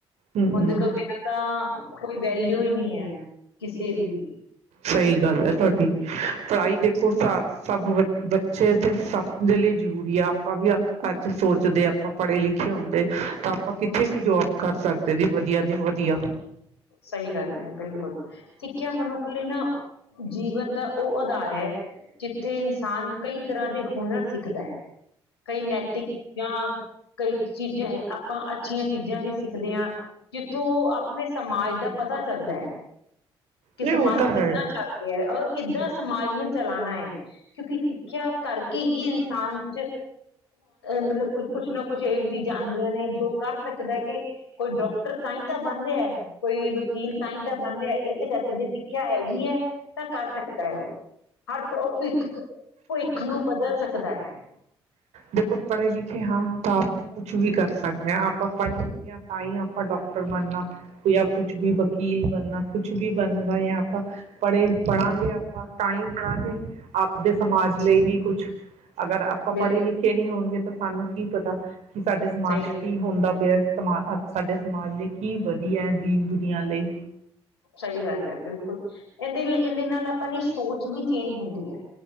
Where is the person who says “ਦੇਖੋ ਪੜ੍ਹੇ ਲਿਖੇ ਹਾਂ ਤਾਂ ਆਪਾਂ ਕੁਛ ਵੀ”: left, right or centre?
Right